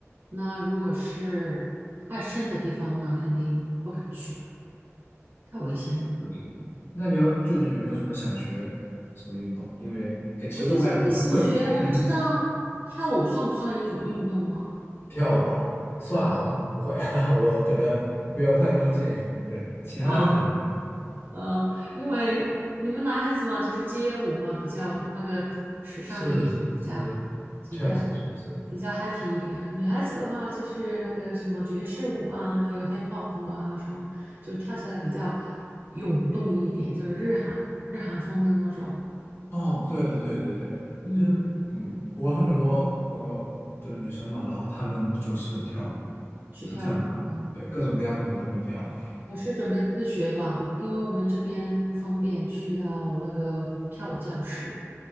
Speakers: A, on the right; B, on the left.
A: 那如果是太深的地方，那肯定不敢去的，太危险了。
B: 是的，是的。那你有最近有没有什么想学什么运动？因为感其实我感觉我都会一些。
A: 我最近一醒学，我不知道跳舞算不算一种运动哦？
B: 跳舞啊，算啊，
A: 啊，
B: 但是不会，<laughs> 我可能没有太多的建议。对，其他的可能还好
A: 呃呃，因为你们男孩子嘛，就是街舞嘛，比较那个时尚一点，
B: 是是是，
A: 比较比较
B: 确实确实。
A: 比较 happy 一点。女孩子的话，就是那个什么爵士舞啊，还有 hip hop 舞啊，什么就跳起来比较涌动一点，就是日韩日韩风的那种。
B: 哦，对的对对对的，
A: 嗯。
B: 就是嗯，我很多朋友就是女生嘛，然后她们就是跳舞，
A: 去跳舞哦，
B: 都跳的蛮好，对，各种各样的舞她们都跳。
A: 我是准备自学吧，因为我们这边不方便去到那个跳舞教室，